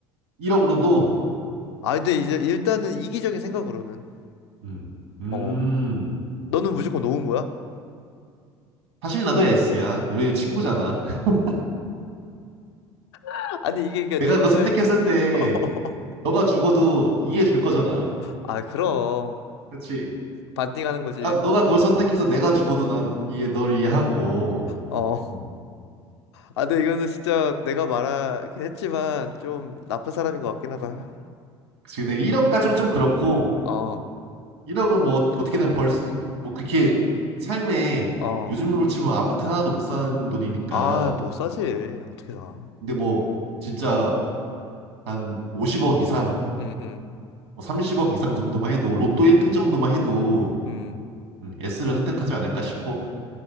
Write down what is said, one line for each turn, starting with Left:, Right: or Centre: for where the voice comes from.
Right: 1억으로도
Left: 아 근데 이제 일단은 이기적인 생각으로는
Right: 음. 음.
Left: 어 너는 무조건 놓은 거야?
Right: 사실 나도 S야. 우리는 친구잖아. <laughs>
Left: <laughs> 아니 이게 그냥
Right: 내가
Left: 누군가의
Right: 그거 선택했을 때
Left: <laughs>
Right: 너가 죽어도 이해해 줄 거잖아.
Left: 아 그럼
Right: 그치?
Left: 반띵하는 거지.
Right: 나, 너가 그걸 선택해서 내가 죽어도 난 이해, 널 이해하고.
Left: 어.
Right: 음.
Left: 아 근데 이거는 진짜 내가 말하긴 했지만 좀 나쁜 사람인 것 같긴 하다.
Right: 그치. 근데 1억까지는 좀 그렇고,
Left: 어.
Right: 1억은 뭐 어떻게든 벌 수, 뭐 그렇게 삶에
Left: 어.
Right: 요즘으로 치면 아파트 하나도 못 사는 돈이니까.
Left: 아 못 사지. 어떻게 사?
Right: 근데 뭐 진짜 한 50억 이상,
Left: 음, 음,
Right: 뭐 30억 이상 정도만 해도, 로또 1등 정도만 해도
Left: 음.
Right: 음, S를 선택하지 않을까 싶어.